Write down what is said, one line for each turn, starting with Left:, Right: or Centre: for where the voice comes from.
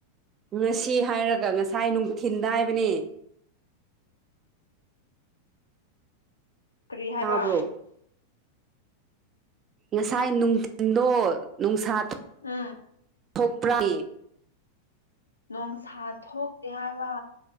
Right: ꯉꯁꯤ ꯍꯥꯏꯔꯒ ꯉꯁꯥꯏ ꯅꯨꯡꯊꯤꯟꯗ ꯍꯥꯏꯕꯅꯦ
Left: ꯀꯔꯤ ꯍꯥꯏꯕ
Right: ꯇꯥꯕ꯭ꯔꯣ ꯉꯁꯥꯏ ꯅꯨꯡꯊꯤꯟꯗꯣ ꯅꯨꯡꯁꯥꯇ
Left: ꯎꯝ
Right: ꯊꯣꯛ ꯊꯣꯛꯄ꯭ꯔ ꯏ
Left: ꯅꯣꯡꯁꯥ ꯊꯣꯛꯇꯦ ꯍꯥꯏꯕ